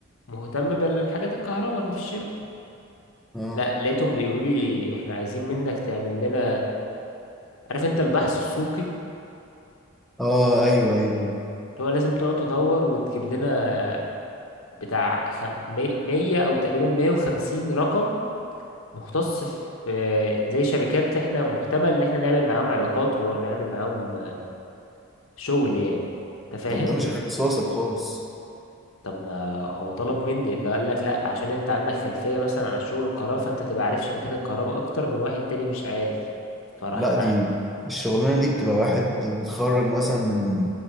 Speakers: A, on the left; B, in the centre.
A: مهتم بالحاجات الكهرباء اللي في الشركه
B: اه
A: لا لقيتهم بيقولوا لي احنا عايزين منك تعمل لنا عارف انت البحث السوقي اللي
B: اه ايوه ايوه
A: هو لازم تقعد تدور وتجيب لنا بتاع خم... مي- 100 او تقريبا 150 رقم مختص في آه، زي شركات احنا محتمل ان احنا نعمل معاهم علاقات ونعمل معاهم آه، شغل يعني انت فاهم
B: طب ده مش اختصاصك خالص
A: طب ما هو طلب مني اللي قال لك لا عشان انت عندك خلفية مثلا عن شغل الكهرباء فانت تبقى عارف شركات الكهرباء اكتر من واحد تاني مش عارف فراح
B: لا دي الشغلانة دي بتبقى واحد متخرج مثلا من